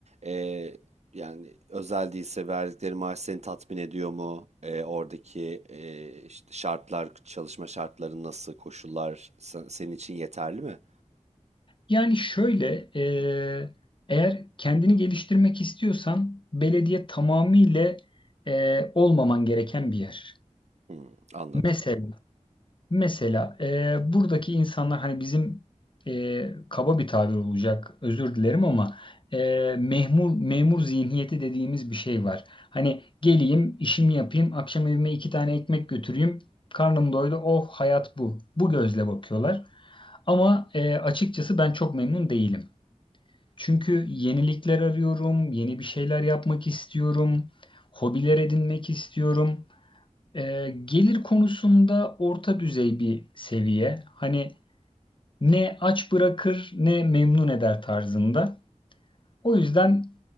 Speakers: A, on the right; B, on the left.
A: e, yani özel değilse verdikleri maaş seni tatmin ediyor mu? E, oradaki e, işte şartlar çalışma şartları nasıl koşullar se- senin için yeterli mi?
B: Yani şöyle eee, eğer kendini geliştirmek istiyorsan belediye tamamıyla eee, olmaman gereken bir yer.
A: Hmm, anladım.
B: Mesela Mesela e, buradaki insanlar hani bizim e, kaba bir tabir olacak özür dilerim ama e, memur memur zihniyeti dediğimiz bir şey var. Hani geleyim işimi yapayım akşam evime iki tane ekmek götüreyim karnım doydu oh hayat bu. Bu gözle bakıyorlar. Ama e, açıkçası ben çok memnun değilim. Çünkü yenilikler arıyorum, yeni bir şeyler yapmak istiyorum, hobiler edinmek istiyorum. Ee, gelir konusunda orta düzey bir seviye. Hani ne aç bırakır ne memnun eder tarzında. O yüzden